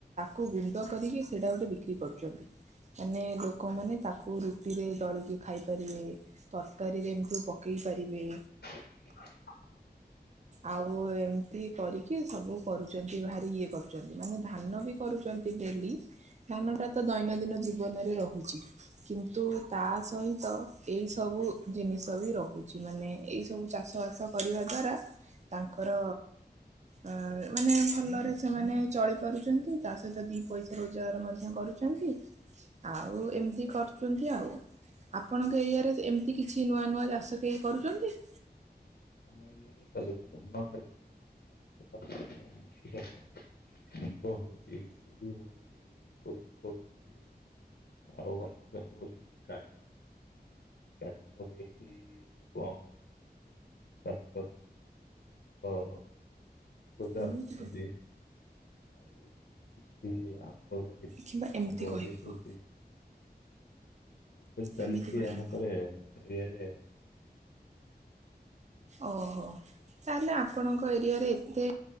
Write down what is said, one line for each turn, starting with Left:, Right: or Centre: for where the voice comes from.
Right: କୁ ଗୁଣ୍ଡ କରିକି ସେଇଟା ଗୋଟେ ବିକ୍ରି କରୁଛନ୍ତି। ମାନେ ଲୋକମାନେ ତାକୁ ରୁଟିରେ ଦଳିକି ଖାଇପାରିବେ। ତରକାରୀରେ ଏମତି ପକେଇ ପାରିବେ।
Left: <unintelligible>
Right: ଆଉ ଏମିତି କରିକି ସବୁ କରୁଚନ୍ତି, ଭାରି ଇଏ କରୁଚନ୍ତି ମାନେ ଧାନ ବି କରୁଚ ନ୍ତି ଡେଲି ଧାନଟା ତ ଦୈନନ୍ଦିନ ଜୀବନରେ ରହୁଚି। କିନ୍ତୁ ତା ସହିତ ଏଇ ସବୁ ଜିନିଷ ବି ରହୁଚି, ମାନେ ଏଇ ସବୁ ଚାଷ ବାସ କରିବା ଦ୍ୱାରା ତାଙ୍କର ଆ ମାନେ ଭଲରେ ସେମାନେ ଚଳିପାରୁଚନ୍ତି, ତା ସହିତ ଦି ପଇସା ରୋଜଗାର ମଧ୍ୟ କରୁ ଚନ୍ତି, ଆଉ ଏମତି କରୁଚନ୍ତି ଆଉ। ଆପଣଙ୍କ ଏରିଆରେ ଏମିତି କିଛି ନୂଆ ନୂଆ ଚାଷ କେହି କରୁଚନ୍ତି?
Left: ଆମର ଇଏରେ ଚାଲିଛି ଧାନ ଚାଲିଛି। ଧାନ ଫସଲ <unintelligible> ମୁଗ ହଉଛି ବିରି ହଉଚି। <unintelligible> ଆଉ ଅନ୍ୟ କଥା ବୋଲିକି କା <unintelligible> <unintelligible> ସୁଗାର
Right: ଏମିତି
Left: କରୁଛନ୍ତି। ଆଉ କିଛି କିଛି ଆମ୍ବ ଲଗେଇଛନ୍ତି
Right: କିମ୍ବା ଏମିତି
Left: ଆମ୍ବ
Right: କହିବେ
Left: ବି ହଉଚି।
Right: କହ
Left: ଏପରି ଚାଲିଛି
Right: ଏମିତି କହିବେ
Left: ଆମ <unintelligible>
Right: ଓହୋ। ତାହେଲେ ଆପଣଙ୍କ ଏରିଆରେ ଏତେ